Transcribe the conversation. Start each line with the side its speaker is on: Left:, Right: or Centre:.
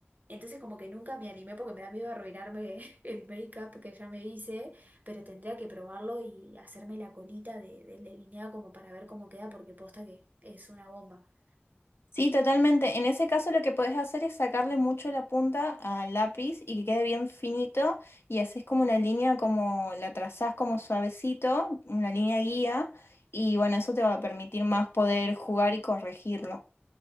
Right: Entonces como que nunca me animé porque me da miedo arruinarme <laughs> el make-up que ya me hice, pero tendría que probarlo y hacerme la colita de, de delineada como para ver cómo queda porque posta que es una bomba.
Left: Sí, totalmente. En ese caso lo que podés hacer es sacarle mucho la punta al lápiz y que quede bien finito y haces como una línea como la trazás como suavecito, una línea guía y bueno, eso te va a permitir más poder jugar y corregirlo.